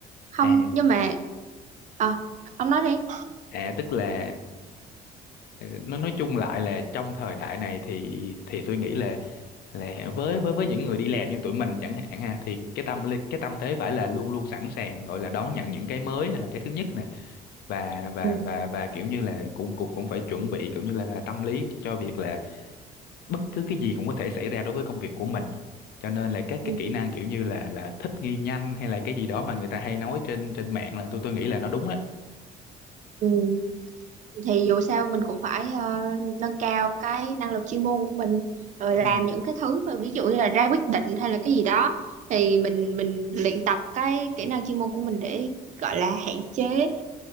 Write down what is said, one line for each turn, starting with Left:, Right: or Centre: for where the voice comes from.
Right: không
Left: à
Right: nhưng mà ờ ông nói đi.
Left: à tức là nó nói chung lại là trong thời đại này thì thì tôi nghĩ là là với với với những người đi làm như tụi mình chẳng hạn ha thì cái tâm lý- cái tâm thế phải là luôn luôn sẵn sàng gọi là đón nhận những cái mới này là cái thứ nhất nè và và
Right: Ừ,
Left: và và kiểu như là cũng cũng cũng phải chuẩn bị kiểu như là tâm lý cho, cho việc là bất cứ cái gì cũng có thể xảy ra đối với công việc của mình cho nên là các
Right: ừ,
Left: cái kỹ năng kiểu như là là thích nghi nhanh hay là cái gì đó mà người ta hay nói trên trên mạng là tôi tôi nghĩ là nó đúng đấy
Right: ừ. thì dù sao mình cũng phải ờ, nâng cao cái năng lực chuyên môn của mình rồi
Left: Ừ.
Right: làm những cái thứ mà ví dụ như là ra quyết định hay là cái gì đó thì mình mình luyện tập cái kỹ năng chuyên môn của mình để gọi là hạn chế